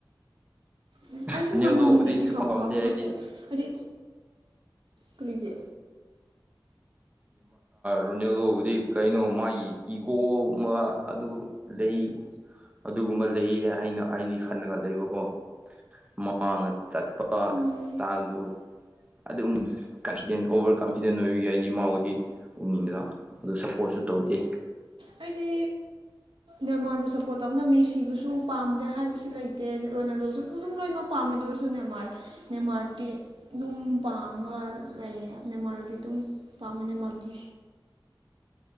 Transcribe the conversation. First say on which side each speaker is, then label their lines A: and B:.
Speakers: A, on the right; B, on the right.
A: ꯎꯝ ꯑꯩꯁꯨ
B: ꯔꯣꯅꯥꯜꯗꯣꯕꯨꯗꯤ
A: ꯉꯝꯍꯟꯅꯤꯡꯗꯦ ꯐꯤ
B: ꯁꯨꯛꯄꯥꯝ
A: ꯐꯕꯀ
B: ꯄꯥꯝꯗꯦ
A: ꯃꯈꯣꯏꯕꯨ
B: ꯑꯩꯗꯤ
A: ꯍꯥꯏꯗꯤ ꯀꯔꯤꯒꯦ
B: ꯔꯣꯅꯦꯜꯗꯣꯕꯨꯗꯤ ꯀꯩꯅꯣ ꯃꯥꯒꯤ ꯏꯒꯣ ꯑꯃ ꯑꯗꯨ ꯂꯩ ꯑꯗꯨꯒꯨꯝꯕ ꯂꯩꯌꯦ ꯍꯥꯏꯅ ꯑꯩꯗꯤ ꯈꯜꯂꯒ ꯂꯩꯕꯀꯣ ꯃꯅ ꯆꯠꯄ
A: ꯎꯝ
B: ꯏꯁꯇꯥꯥꯗꯨ ꯑꯗꯨꯝ ꯀꯟꯐꯤꯗꯦꯟ ꯑꯣꯚꯔ ꯀꯟꯐꯤꯗꯦꯟ ꯑꯣꯏꯕ ꯌꯥꯏ ꯍꯥꯏꯗꯤ ꯃꯥꯕꯨꯗꯤ ꯎꯅꯤꯡꯗꯅ ꯑꯗꯨ ꯁꯞꯄꯣꯔꯠꯁꯨ ꯇꯧꯗꯦ
A: ꯍꯥꯏꯗꯤ ꯅꯦꯃꯥꯔꯕꯨ ꯁꯞꯄꯣꯔꯠ ꯇꯧꯞꯅ ꯃꯦꯁꯤꯕꯨꯁꯨ ꯄꯥꯝꯗꯦ ꯍꯥꯏꯕꯁꯨ ꯂꯩꯇꯦ ꯔꯣꯅꯥꯜꯗꯣꯁꯨ ꯑꯗꯨ ꯑꯗꯨꯝ ꯂꯣꯏꯅꯃꯛ ꯄꯥꯝꯃꯦꯗ ꯑꯣꯏꯁꯨ ꯅꯦꯃꯥꯔ ꯅꯦꯃꯥꯔꯗꯤ ꯑꯗꯨꯝ ꯄꯥꯝꯒ ꯂꯩꯅ ꯃꯥꯨꯗꯤ ꯑꯗꯨꯝ ꯄꯥꯝꯃꯦꯅ ꯃꯥꯕꯨꯗꯤ